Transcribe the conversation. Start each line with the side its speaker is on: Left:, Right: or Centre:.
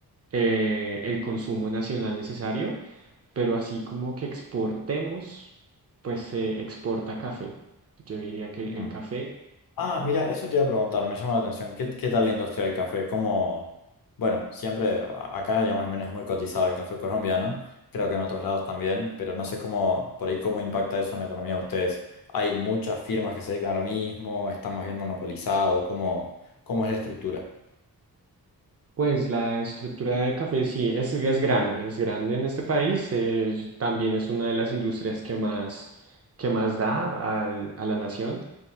Right: eh, el consumo nacional necesario pero así como que exportemos, pues se exporta café. Yo diría que el
Left: Mm.
Right: café,
Left: Ah, mira, eso te iba a preguntar, me llama la atención. ¿Qué, qué tal la industria del café? ¿Cómo? Bueno, siempre a- acá, digamos, al menos es muy cotizado el café colombiano, creo que en otros lados también, pero no sé cómo, por ahí, cómo impacta eso en la economía de ustedes. ¿Hay muchas firmas que se dedican a lo mismo? ¿Estamos bien monopolizados? ¿Cómo, cómo es la estructura?
Right: pues la estructura de café sí es, es grande, es grande en este país, eh, y también es una de las industrias que más, que más da al- a la nación,